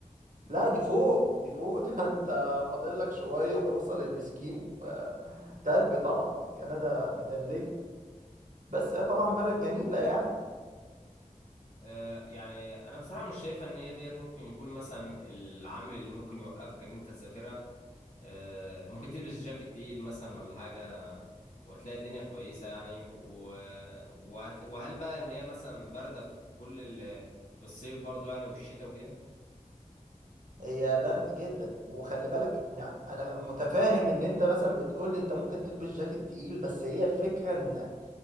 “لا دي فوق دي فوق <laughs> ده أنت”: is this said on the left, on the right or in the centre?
Right